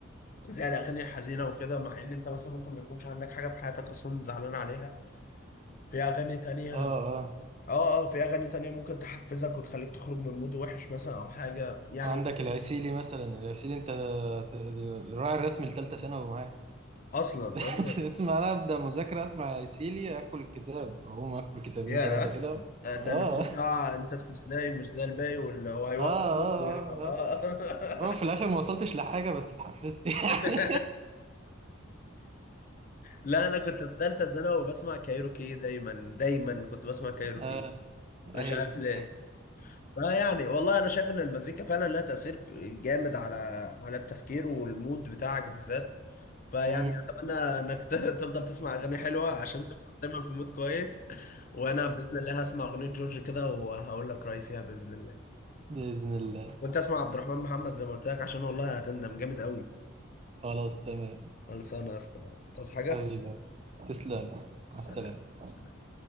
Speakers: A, on the left; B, on the right.
A: زي الاغاني الحزينه وكده مع ان انت مثلا ممكن ما يكونش عندك حاجه في حياتك اصلا زعلان عليها في اغاني تانية
B: اه
A: اه اه في اغاني تانية ممكن تحفزك وتخليك تخرج من مود وحش مثلا او حاجه يعني
B: عندك العسيلي مثلا العسيلي انت ت- الراعي الرسمي لثالثه ثانوي معايا
A: اصلا
B: <laughs>
A: اه
B: اسمع انا ابدا مذاكره اسمع العسيلي اكل الكتاب اقوم اكل كتابين
A: ياه
B: ثلاثه كده
A: آه، ده
B: اه
A: اللي هو
B: اه
A: بتاع انت استثنائي مش زي الباقي واللي هو هيوقفوك
B: اه اه
A: ويح- اه
B: اه اه في الاخر ما وصلتش لحاجه بس اتحفزت <laughs> يعني
A: <laughs> لا انا كنت في ثالثه ثانوي وبسمع كايروكي دايما دايما كنت بسمع كايروكي
B: اه
A: مش
B: ايوه
A: عارف ليه فيعني والله انا شايف ان المزيكا فعلا لها تاثير جامد على على التفكير والمود بتاعك بالذات فيعني
B: مم.
A: اتمنى انك ت- <laughs> تفضل تسمع اغاني حلوه عشان تبقى دايما في مود كويس وانا باذن الله هسمع اغنيه جورج كده وهقول لك رايي فيها باذن الله
B: <laughs> باذن الله
A: وانت اسمع عبد الرحمن محمد زي ما قلت لك عشان والله هتندم جامد قوي
B: خلاص تمام
A: خلصانه يا اسطى تعوز حاجه
B: حبيبي تسلم
A: سلام
B: على السلامه
A: سلام